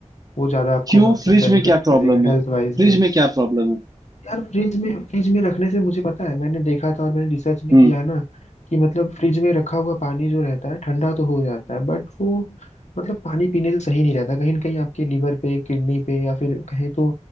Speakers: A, on the left; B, on the right.
A: वो ज्यादा आपको
B: क्यों
A: मतलब
B: फ्रिज
A: बेनिफिट
B: में क्या
A: करेगा
B: प्रॉब्लम है
A: हेल्थ
B: फ्रिज
A: वाइज
B: में क्या प्रॉब्लम है
A: यार फ्रिज में फ्रिज में रखने से मुझे पता है मैंने देखा था और मैंने रिसर्च भी
B: हम्म
A: किया है ना कि मतलब फ्रिज में रखा हुआ पानी जो रहता है ठंडा तो हो जाता है बट वो मतलब पानी पीने से सही नहीं रहता कहीं ना कहीं आपके लीवर पे किडनी पे या फिर कहीं तो